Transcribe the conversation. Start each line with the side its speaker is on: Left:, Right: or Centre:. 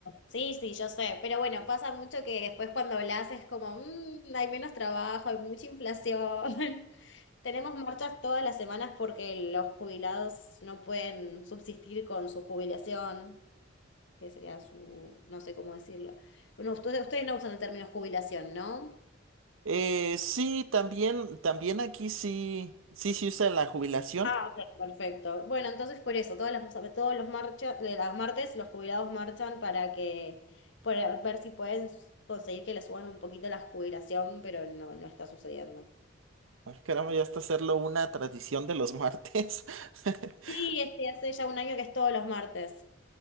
Left: Sí, sí, yo sé, pero bueno, pasa mucho que después cuando hablas es como, "Mm, hay menos trabajo, hay mucha inflación. <laughs> Tenemos marchas todas las semanas porque los jubilados no pueden subsistir con su jubilación. que sería su, no sé cómo decirlo. Bueno, ustedes, ustedes no usan el término jubilación, ¿no?
Right: Eh, sí, también, también aquí sí, sí se usa la jubilación.
Left: Ah, ok. Perfecto. Bueno, entonces por eso, todas las, todos los marcha, de las martes los jubilados marchan para que, para ver si pueden conseguir que les suban un poquito la jubilación, pero no, no está sucediendo.
Right: Ay, caramba, ya hasta hacerlo una tradición de los martes. <laughs>
Left: Sí, este hace ya un año que es todos los martes.